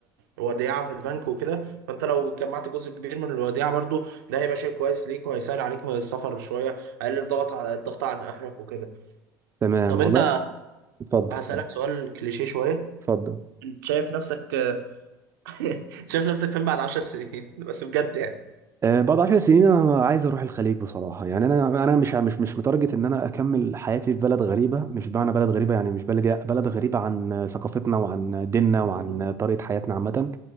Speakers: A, on the right (about 70°); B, on the right (about 25°).
A: وديعه في البنك وكده فانت لو جمعت جزء كبير من الوديعه برضو ده هيبقى شيء كويس ليك وهيسهل عليك السفر شويه اقلل ضغط على الضغط على اهلك وكده
B: تمام
A: طب
B: والله
A: انت
B: اتفضل
A: هسألك
B: اتفضل
A: سؤال كليشيه شويه
B: اتفضل
A: شايف نفسك <laughs> شايف نفسك فين بعد عشر سنين <laughs> بس بجد يعني
B: آه، بعد 10 سنين انا عايز اروح الخليج بصراحة يعني انا انا مش مش مش متارجت ان انا اكمل حياتي في بلد غريبة مش معنى بلد غريبة يعني مش بلد بلد غريبة عن ثقافتنا وعن ديننا وعن
A: مم.
B: طريقة حياتنا عامة